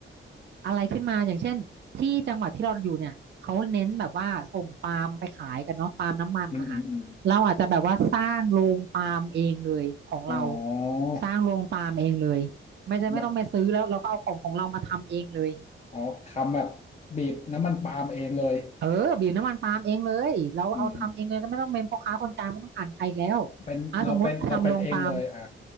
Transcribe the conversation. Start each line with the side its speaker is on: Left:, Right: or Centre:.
Right: อะไรขึ้นมาอย่างเช่นที่จังหวัดที่เราอยู่เนี่ยเขาเน้นแบบว่าส่งปาล์มไปขายกันเนาะปาล์มน้ำมันนะคะเราอาจจะแบบว่าสร้างโรงปาล์มเองเลยของเรา
Left: อืมอืมอืม อ๋อ
Right: สร้างโรงปาล์มเองเลย ไม่ใช่ไม่ต้องไปซื้อแล้วเราก็เอาของของเรามาทำเองเลย
Left: แบบอ๋อทำแบบบีบน้ำมันปาล์มเองเลย
Right: เออบีบน้ำมันปาล์มเองเลยเราเอาทำเองเลยไม่ต้องเป็นพ่อค้าคนกลางไม่ต้องผ่านใครอีกแล้ว
Left: อืมเป็นเราเป็นเราเป็นเองเลยอ่า
Right: อ่ะสมมติทำโรงปาล์ม